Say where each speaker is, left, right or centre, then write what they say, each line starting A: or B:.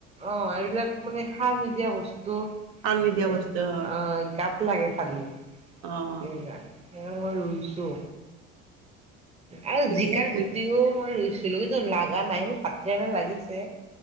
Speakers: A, on the right; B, on the right.
A: অ এইবিলাক মানে সাৰ নিদিয়া বস্তু।
B: সাৰ নিদিয়া বস্তু
A: এহ
B: অ',
A: গাত লাগে খালি।
B: অ'।
A: এম আ সেইকাৰণে মই ৰুইছোঁ। আৰু
B: ঠিকে
A: জিকাৰ
B: আছে
A: গুটিও মই ৰুইছিলোঁ কিন্তু লাগা নাই ভাতকেৰেলা লাগিছে।